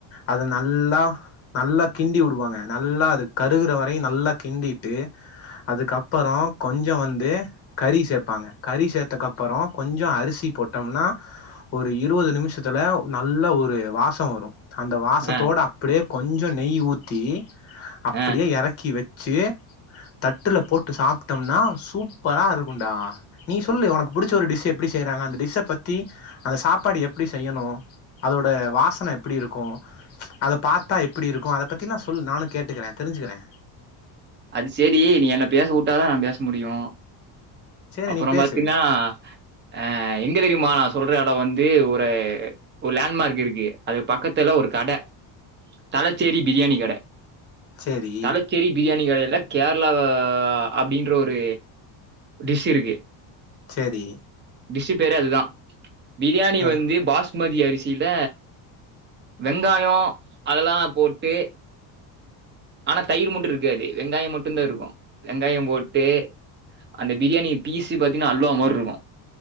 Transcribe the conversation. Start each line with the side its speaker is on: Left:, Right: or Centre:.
Left: அத நல்லா நல்லா கிண்டி உடுவாங்க நல்லா அது கருகுற வரையும் நல்லா கிண்டிட்டு அதுக்கப் அப்புறம் கொஞ்சம் வந்து கறி சேப்பாங்க கறி சேத்தக்கப்புறம் கொஞ்சம் அரிசி போட்டோம்னா ஒரு இருவது நிமிஷத்துல நல்ல ஒரு வாசம் வரும் அந்த வாசத்தோட
Right: ஆ
Left: அப்டே கொஞ்சம் நெய் ஊத்தி அப்படியே
Right: ஆ
Left: எறக்கி வச்சி தட்டுல போட் ட்டு சாப்பட்டோம்னா சூப்பரா இருக்கும்டா நீ சொல்லு ஒனக்கு புடிச்ச ஒரு டிஷ் எப்டி செய்யறாங்க அந்த டிஷ்ச பத்தி அந்த சாப்பாடு எப்டி செய்யணும் அதோட வாசன எப்டி இருக்கும் அத பாத்தா எப்டி இருக்கும் அத பத்திலா நான் சொல் நானும் கேட்டுக்கிறேன் தெரிஞ்சுக்கிறேன்
Right: அது சரி நீ என்ன பேச உட்டாதான் நான் பேச முடியும்
Left: சேரி
Right: அப்புறம்
Left: நீ பேசு
Right: பாத்தீன்னா ஆ எங்க வீடு மாஸ் சொல்ற அளவு வந்து ஒரு ஒரு லேண்ட்மார்க் இருக்கு அது பக்கத்துல ஒரு கட தலச்சேரி பிரியாணி கட
Left: சேரி
Right: தலச்சேரி பிரியா ணி கடைல கேரளா ஆ அப்டின்ற ஒரு டிஷ் இருக்கு
Left: செரி
Right: டிஸ் பேரே அதுதான் பிரியாணி
Left: அ
Right: வந்து பாஸ் பாஸ்மதி அரிசியில வெங்காயம் அதெல்லாம் போட்டு ஆனா தயிர் மட்டும் இருக்காது வெங்காயம் மட்டும் தான் இருக்கும் வெங்காயம் போட்டு அந்த பிரியாணி பீசு பாத்தீன்னா அல்வா மாரி இருக்கும்